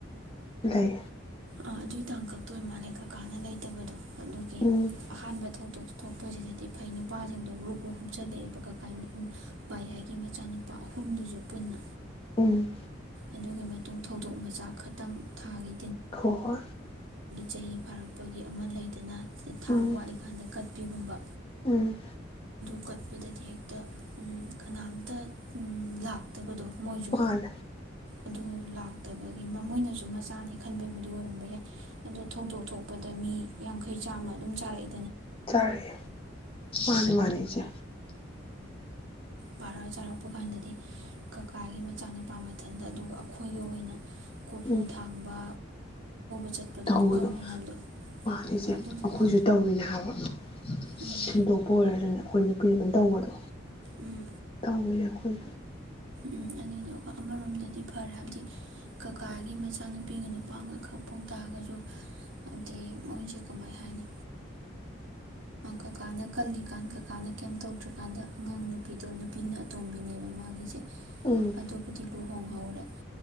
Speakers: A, on the left; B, on the right.
A: ꯂꯩ
B: ꯑꯥ ꯑꯗꯨꯏꯇꯪ ꯀꯛꯇꯣꯏ ꯃꯥꯜꯂꯦ ꯀꯀꯥꯅ ꯂꯩꯇꯕꯗꯣ ꯑꯗꯨꯒꯤ
A: ꯎꯝ
B: ꯑꯍꯥꯟꯕ ꯊꯧꯗꯣꯛ ꯊꯣꯛꯄꯁꯤꯗꯗꯤ ꯐꯩ ꯅꯨꯄꯥꯁꯤꯡꯗꯣ ꯒ꯭ꯔꯨꯞ ꯒ꯭ꯔꯨꯞꯨꯝ ꯂꯩꯛꯑꯦꯕꯀ ꯚꯥꯏ ꯍꯥꯏꯒꯤ ꯃꯆꯥꯅꯨꯄꯥ ꯑꯍꯨꯝꯗꯨꯁꯨ ꯄꯨꯟꯅ
A: ꯎꯝ
B: ꯑꯗꯨꯒꯤ ꯃꯇꯨꯡ ꯊꯧꯗꯣꯛ ꯃꯆꯥ ꯈꯛꯇꯪ ꯊꯥꯈꯤ
A: ꯍꯣꯏ ꯍꯣꯏ
B: ꯆꯍꯤ ꯐꯥꯔꯛꯄꯒꯤ ꯑꯃ ꯂꯩꯗꯅ ꯊꯥ
A: ꯎꯝ
B: ꯑꯃ ꯋꯥꯠꯂꯤꯀꯥꯟꯗ ꯀꯠ ꯄꯤꯒꯨꯝꯕ
A: ꯎꯝ
B: ꯍꯧꯀꯠꯄꯗꯗꯤ ꯍꯦꯛꯇ ꯀꯅꯥꯝꯇ ꯂꯥꯛꯇꯕꯗꯣ ꯃꯣꯏꯁꯨ
A: ꯋꯥꯟ
B: ꯑꯗꯨ ꯂꯥꯛꯇꯕꯒꯤ ꯃꯃꯣꯏꯅꯁꯨ ꯃꯆꯥꯅꯦ ꯈꯟꯕꯒꯤꯕꯨꯗꯤ ꯑꯣꯏꯔꯝꯕ ꯌꯥꯏ ꯑꯗꯣ ꯊꯧꯗꯣꯛ ꯊꯣꯛꯄꯗ ꯃꯤ ꯌꯥꯡꯈꯩ ꯆꯥꯝꯃ ꯑꯗꯨꯝ ꯆꯥꯔꯛꯏ
A: ꯆꯔ ꯃꯥꯅꯤ ꯃꯥꯅꯤꯁ
B: ꯄꯥꯔꯛ ꯆꯥꯔꯛꯄ ꯀꯥꯟꯗꯗꯤ ꯀꯀꯥꯒꯤ ꯃꯆꯥꯅꯨꯄꯥ ꯃꯊꯟꯗ ꯑꯗꯨꯒ ꯑꯩꯈꯣꯏꯒꯤ ꯑꯣꯏꯅ ꯀꯣꯔꯣꯐꯨ
A: ꯎꯝ
B: ꯊꯥꯡꯕ <inaudible>
A: ꯇꯧꯕꯗꯣ
B: ꯄꯨꯈꯝ ꯃꯌꯥꯝꯗꯣ
A: ꯃꯥꯜꯂꯤꯁꯦ
B: ꯑꯗꯨꯗꯨꯅ
A: ꯑꯩꯈꯣꯏꯁꯨ ꯇꯧꯋꯅꯦ ꯍꯥꯏꯕ
B: ꯎꯝ
A: ꯁꯤꯟꯗꯣꯛꯄ ꯑꯣꯏꯔ ꯑꯗꯨꯅ ꯑꯩꯈꯣꯏꯅ ꯀꯔꯤ ꯑꯗꯨꯝ ꯇꯧꯕꯗꯣ
B: ꯎꯝ
A: ꯇꯧꯋꯦ ꯑꯩꯈꯣꯏ
B: ꯎꯝ ꯑꯗꯨꯗ ꯑꯩꯣꯏ ꯑꯃꯔꯣꯝꯗꯗꯤ ꯐꯔꯦ ꯍꯥꯏꯕꯗꯤ ꯀꯀꯥꯒꯤ ꯃꯆꯥꯅꯨꯄꯤꯒ ꯅꯨꯄꯥꯒ ꯈꯛ ꯐꯥꯎ ꯇꯥꯔꯒꯁꯨ ꯍꯥꯏꯗꯤ ꯃꯣꯏꯁꯦ ꯀꯃꯥꯏ ꯍꯥꯏꯅꯤ ꯀꯀꯥꯅ ꯀꯜꯂꯤꯀꯥꯟ ꯀꯀꯥꯅ ꯀꯩꯝ ꯇꯧꯗ꯭ꯔꯤꯀꯥꯟꯗ ꯑꯉꯥꯡ ꯅꯨꯄꯤꯗꯣ ꯅꯨꯄꯤꯅ ꯑꯇꯣꯝꯕꯤꯅꯦꯕ ꯃꯥꯒꯤꯁꯦ
A: ꯎꯝ
B: ꯑꯗꯨꯕꯨꯗꯤ ꯂꯣ ꯊꯣꯡꯍꯧꯔꯦ